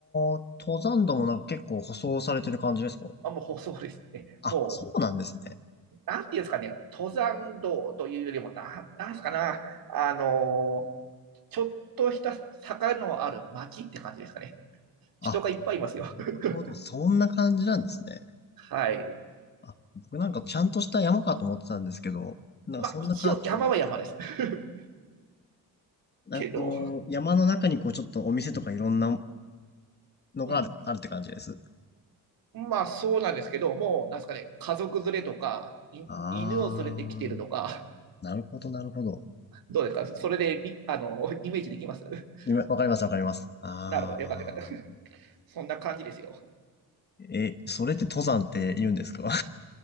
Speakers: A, on the left (about 25°); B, on the right (about 65°).
A: あ、登山道もなんか結構舗装されてる感じですか
B: あ、もうそうですね。
A: あ、
B: も
A: そうなんですね。
B: う、なんていうんですかね、登山道というよりも、な、なんですかな、あのーちょっとした坂のある街って感じですかね。
A: あ、
B: 人がいっぱいいますよ。
A: なるほど。
B: <laughs>
A: そんな感じなんですね。
B: はい。
A: あ、僕なんかちゃんとした山かと思ってたんですけど、なんかそんな感じでもないです。
B: まあ、一応山は山です。<laughs>
A: なんかこう、
B: けど、
A: 山の中にこうちょっとお店とかいろんなのがある、
B: うん。
A: あるって感じです。
B: まあ、そうなんですけど、もう、なんすかね、家族連れとか、い犬を連れてきてるとか、
A: ああ、なるほど、なるほど。
B: <laughs> どうですかそれでみあの、イメージできます <laughs>
A: 今、わかります、わかります。ああ。
B: なるほど。よかったよかった。<laughs> そんな感じですよ。
A: え、それって登山って言うんですか